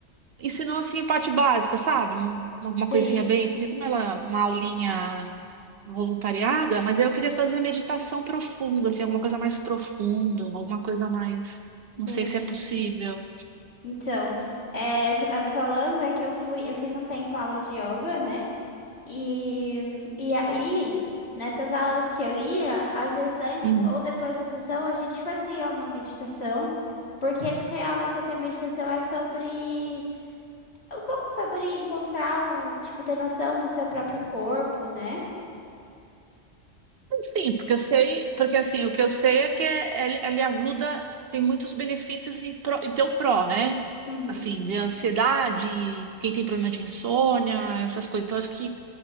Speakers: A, on the right (about 60°); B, on the left (about 60°).
A: ensinou assim a parte básica, sabe? Um- Alguma coisinha
B: Sim.
A: bem, porque como ela é uma aulinha
B: sim,
A: voluntariada, mas aí eu queria fazer meditação profunda, assim, alguma coisa mais profunda, alguma coisa mais,
B: Entendi.
A: não sei se é possível.
B: Então, é, o que eu tava falando é que eu fui, eu fiz um tempo aula de yoga, né? E, e aí, nessas aulas que eu ia, às vezes antes
A: Hum.
B: ou depois da sessão, a gente fazia uma meditação, porque Theta Yoga, quanto é meditação, é sobre, é um pouco sobre encontrar o, tipo, ter noção do seu próprio corpo, né?
A: Sim, porque eu sei, porque assim, o que eu sei é que é- ele, ele ajuda, tem muitos benefícios em, pró- em teu pró, né?
B: Uhum,
A: Assim, de ansiedade, quem tem problema de insônia, essas coisas. Então, acho que